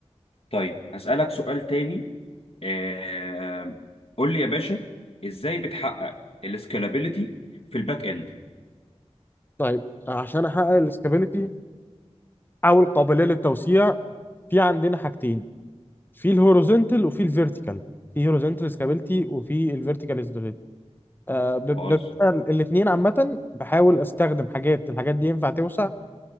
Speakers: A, on the left (about 60°); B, on the left (about 20°).
A: طيب هسألك سؤال تاني آه، قول لي يا باشا ازاي بتحقق السكالابيليتي في الباك اند
B: طيب عشان احقق الاستابيليتي او القابليه للتوسيع في عندنا حاجتين في الهوريزونتال وفي الفيرتيكال في هوريزونتال استابيليتي وفي الفيرتيكال استابيليتي آه
A: خالص
B: الاثنين عامه بحاول استخدم حاجات الحاجات دي ينفع توسع